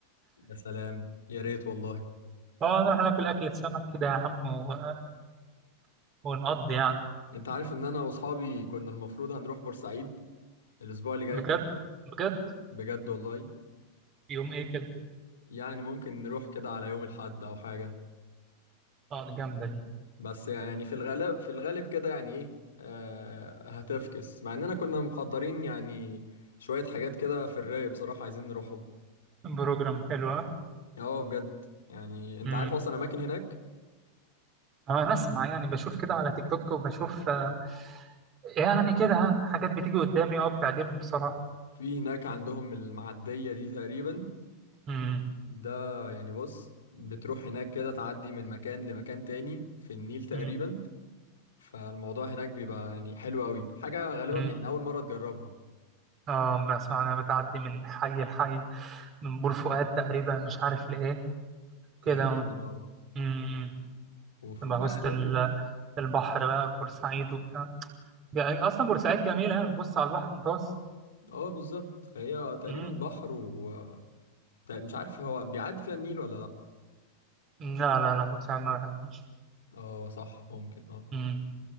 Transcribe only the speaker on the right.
اه نروح ناكل أكلة سمك كده يا عم و... ونقضي يعني
بجد بجد
يوم ايه كده
اه دي جامدة دي
بروجرام حلو ها؟
امم
اه انا اسمع يعني بشوف كده على تيك توك وبشوف آه، يعني كده ها حاجات بتيجي قدامي اه بتعجبني بصراحة
امم
امم
امم
اه ما اسمع انا بتعدي من حي لحي من بور فؤاد تقريبا مش عارف لإيه
كده اه
أمم.
تبقى
وسط
ال- البحر بقى في بورسعيد وبتاع جا- اصلا بورسعيد جميله يعني بتبص على البحر المتوسط
أمم.
لا لا لا بورسعيد ما بحبش
أمم.